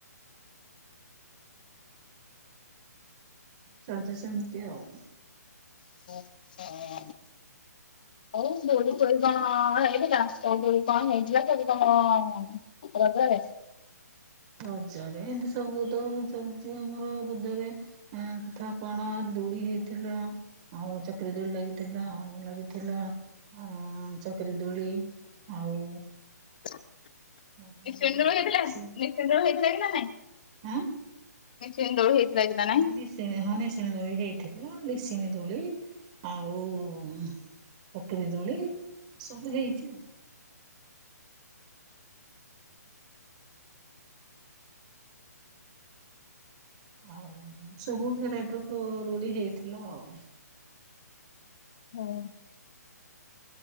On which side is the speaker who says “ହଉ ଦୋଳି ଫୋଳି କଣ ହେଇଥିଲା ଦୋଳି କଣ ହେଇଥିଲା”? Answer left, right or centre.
Left